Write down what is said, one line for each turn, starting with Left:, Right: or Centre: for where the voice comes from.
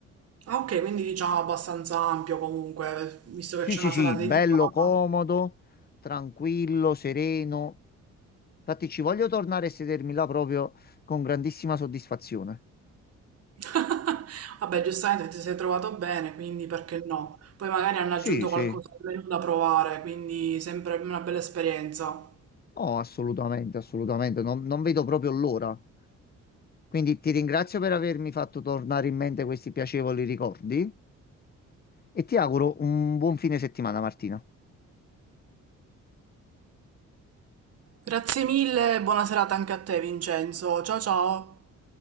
Right: Ah, ok, quindi diciamo abbastanza ampio comunque, visto
Left: Sì,
Right: che c'è
Left: sì,
Right: una
Left: sì,
Right: sala dedicata.
Left: bello comodo, tranquillo, sereno. Infatti ci voglio tornare e sedermi là proprio con grandissima soddisfazione.
Right: <laughs> Vabbè, giustamente ti sei trovato bene, quindi perché no? Poi magari hanno aggiunto
Left: Sì, sì,
Right: qualcosa al menù da provare, quindi sempre una bella esperienza.
Left: no, assolutamente, assolutamente, non, non vedo proprio l'ora. Quindi ti ringrazio per avermi fatto tornare in mente questi piacevoli ricordi e ti auguro un buon fine settimana, Martina.
Right: Grazie mille, buona serata anche a te, Vincenzo. Ciao ciao.